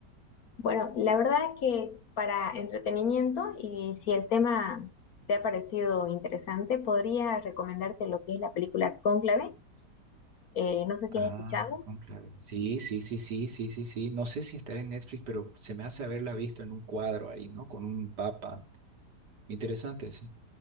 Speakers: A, on the left (about 60°); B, on the right (about 75°).
A: Bueno, la verdad que para entretenimiento y si el tema te ha parecido interesante, podría recomendarte lo que es la película Cónclave. Eh, no sé si
B: Ah,
A: has escuchado.
B: conclave. Sí, sí, sí, sí, sí, sí, sí. No sé si estará en Netflix, pero se me hace haberla visto en un cuadro ahí, ¿no? Con un papa. Interesante, sí.